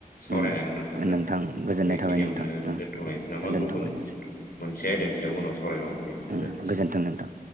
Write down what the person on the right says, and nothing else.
उम
नोंथां गोजोननाय
थाबाय नोंथां उम
दोनथ'बाय
उम गोजोन्थों नोंथां